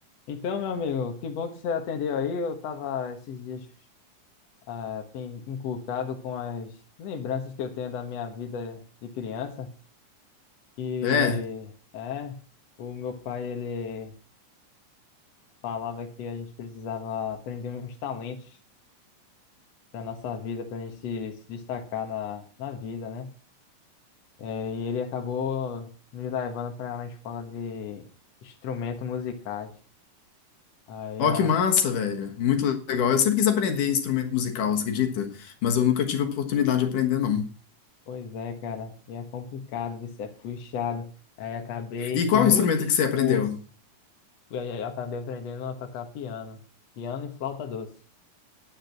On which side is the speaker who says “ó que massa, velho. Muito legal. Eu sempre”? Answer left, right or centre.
Left